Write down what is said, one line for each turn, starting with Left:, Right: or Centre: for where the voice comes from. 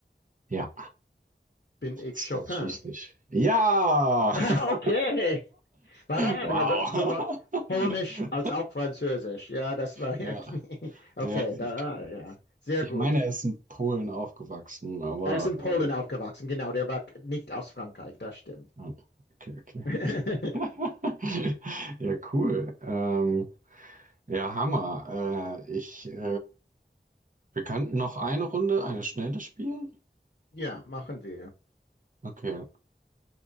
Right: Ja.
Left: Bin ich
Right: Das
Left: Chopin?
Right: ausschließlich. Ja!
Left: <laughs>
Right: <laughs>
Left: Okay. War da,
Right: Wow.
Left: war da so war
Right: <laughs>
Left: Polnisch als auch Französisch. Ja, das war
Right: Ja,
Left: irgendwie. <laughs> Okay,
Right: ja, ich,
Left: da, ja. Sehr
Right: ich
Left: gut.
Right: meine, er ist in Polen aufgewachsen, aber
Left: Er ist in Polen
Right: ähm,
Left: aufgewachsen. Genau, der war nicht aus Frankreich. Das stimmt.
Right: Ah, Okay, okay.
Left: <laughs>
Right: <laughs> Ja, cool. Ähm, ja, Hammer. Äh, ich, äh, wir könnten noch eine Runde, eine schnelle spielen.
Left: Ja, machen wir.
Right: Okay,